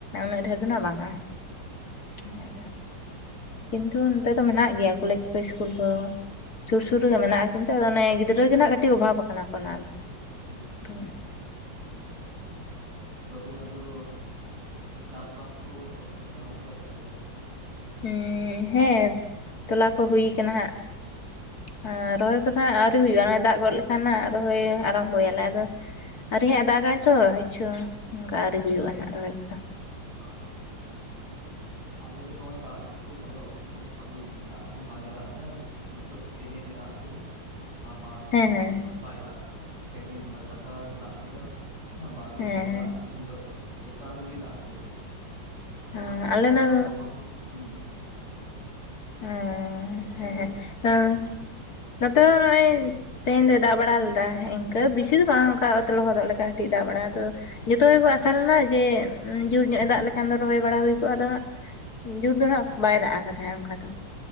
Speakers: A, on the left; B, on the right.
A: ᱩᱱᱟᱹᱜ ᱰᱷᱮᱨ ᱫᱚ ᱦᱟᱸᱜ ᱵᱟᱝᱼᱟ᱾ <unintelligible>
B: ᱚ
A: ᱠᱤᱱᱛᱩ ᱚᱱᱛᱮ ᱫᱚ ᱢᱮᱱᱟᱜ ᱜᱮᱭᱟ ᱠᱚᱞᱮᱡᱽ ᱠᱚ ᱤᱥᱠᱩᱞ ᱠᱚ᱾ ᱥᱩᱨ ᱥᱩᱨ ᱨᱮᱜᱮ ᱢᱮᱱᱟᱜᱼᱟ ᱠᱤᱱᱛᱩ ᱟᱫᱚ ᱚᱱᱮ ᱜᱤᱫᱽᱨᱟᱹ ᱜᱮᱱᱟᱜ ᱠᱟᱹᱴᱤᱡ ᱚᱵᱷᱟᱵ ᱠᱟᱱᱟ ᱠᱚ ᱚᱱᱟᱫᱚ
B: ᱦᱩᱸ᱾
A: <unintelligible>
B: ᱛᱚᱵᱮ ᱟᱫᱚ ᱪᱟᱥ ᱵᱟᱥ ᱠᱚ ᱮᱦᱚᱵ ᱠᱮᱫᱟ ᱚᱱᱛᱮ ᱟᱯᱮᱥᱮᱫ?
A: ᱩᱸ ᱦᱮᱸ ᱛᱚᱞᱟ ᱠᱚ ᱦᱩᱭ ᱠᱟᱱᱟ ᱦᱟᱸᱜ᱾ ᱦᱚ ᱨᱚᱦᱚᱭ ᱠᱚᱫᱚ ᱦᱟᱸᱜ ᱟᱹᱣᱨᱤ ᱦᱩᱭᱩᱜᱼᱟ ᱱᱚᱭ ᱫᱟᱜ ᱜᱚᱫ ᱞᱮᱠᱷᱟᱱ ᱱᱟᱜ ᱨᱚᱦᱚᱭ ᱟᱨᱟᱢᱵᱚᱭᱟᱞᱮ ᱟᱫᱚ ᱟᱨᱤ
B: ᱦᱮᱸ
A: ᱦᱟᱸᱜ ᱫᱟᱜᱟᱭ ᱛᱚ ᱦᱤᱸᱪᱷᱩ ᱚᱱᱠᱟ ᱟᱹᱣᱨᱤ ᱦᱩᱭᱩᱜᱼᱟ ᱱᱟᱜ ᱨᱚᱦᱚᱭ ᱠᱚᱫᱚ
B: ᱦᱳᱭ ᱟᱞᱮᱥᱮᱫ ᱫᱚ ᱱᱚᱜ ᱚᱭ ᱫᱟᱜ ᱜᱮᱠᱚ ᱠᱚᱭᱚᱜ ᱠᱟᱫᱟᱠᱚ ᱟᱹᱣᱨᱤ ᱫᱟᱜ ᱦᱚᱸ ᱵᱟᱭ ᱫᱟᱜ ᱫᱟ ᱦᱚᱜᱚᱭᱛᱚ ᱯᱮᱱᱮ ᱫᱟᱜ ᱠᱮᱫᱟ ᱵᱟᱨᱫᱤᱱ
A: ᱦᱮᱸ ᱦᱮᱸ
B: ᱱᱚᱩ ᱵᱟᱭ ᱫᱟᱜ ᱟᱠᱟᱫᱟ ᱯᱮᱫᱤᱱ ᱞᱟᱜᱟᱛᱟᱨ ᱫᱟᱜ ᱠᱮᱫᱟ᱾ ᱵᱟᱨᱫᱤᱱ
A: ᱦᱮᱸ
B: ᱫᱚ ᱦᱚᱞᱟ ᱟᱨ ᱛᱮᱦᱤᱧ ᱫᱚ ᱮᱠᱟᱞ ᱜᱮ ᱫᱟᱜ ᱪ ᱵᱟᱝ ᱟᱫᱚ
A: ᱦᱮᱸ
B: ᱚᱱᱟ
A: ᱟᱞᱮ
B: ᱛᱷᱚᱲᱟ
A: ᱱᱚᱣᱟ
B: ᱞᱚᱞᱚ ᱦᱚᱸ ᱦᱩᱸ
A: ᱮᱸ ᱦᱮᱸ
B: ᱞᱟᱹᱭ
A: ᱦᱮᱸ
B: ᱢᱮ
A: ᱚᱸ ᱱᱚᱛᱮ ᱦᱚᱸ ᱱᱚᱜᱼᱚᱭ ᱛᱮᱦᱮᱧ ᱫᱚ ᱫᱟᱜ ᱵᱟᱲᱟ ᱞᱮᱫᱟ᱾ ᱚᱱᱠᱟ ᱵᱤᱥᱤᱫ ᱫᱚ
B: ᱦᱩᱸ
A: ᱵᱟᱝ ᱚᱱᱠᱟ ᱚᱛ ᱞᱚᱦᱚᱫᱚᱜ ᱞᱮᱠᱟ ᱠᱟᱹᱴᱤᱡ ᱫᱟᱜ ᱵᱟᱲᱟ ᱟᱫᱚ ᱡᱚᱛᱚ ᱜᱮᱠᱚ ᱟᱥᱟ ᱞᱮᱱᱟ ᱡᱮ ᱡᱳᱨ ᱧᱚᱜ ᱮ ᱫᱟᱜ ᱞᱮᱠᱷᱟᱱ ᱫᱚ ᱨᱚᱦᱚᱭ ᱵᱟᱲᱟ ᱦᱩᱭ ᱠᱚᱜᱼᱟ ᱟᱫᱚ ᱦᱟᱸᱜ ᱡᱳᱨ ᱫᱚ ᱦᱟᱸᱜ ᱵᱟᱭ ᱫᱟᱜ ᱟᱠᱟ ᱛᱟᱦᱮᱸᱫ ᱚᱱᱠᱟ ᱫᱚ᱾